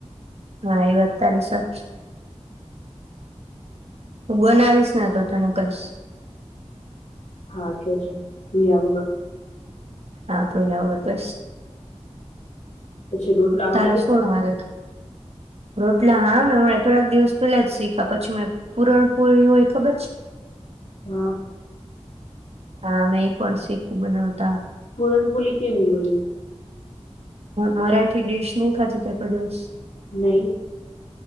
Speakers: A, on the right (about 60°); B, on the left (about 75°).
A: હા ઈવાત તારી સાચિ. હું બનાવીશને તો તને કહીશ.
B: હા કે છે. યા વગર
A: હા પી લ તો
B: પછી રોટલો આવડી
A: તારા
B: ગયો
A: શું
B: તને
A: માલ રોટલા હા મે થોડાક દિવસ પેલા જ શીખા પછી મે પુરણ પૂરણ હોય ખબર છે
B: હા
A: હા મે પણ શીખું બનાવતા
B: પુરનપોલી કેવી હોય
A: મરાઠી ડીશ નહી ખાતી ત દિવસ
B: નહી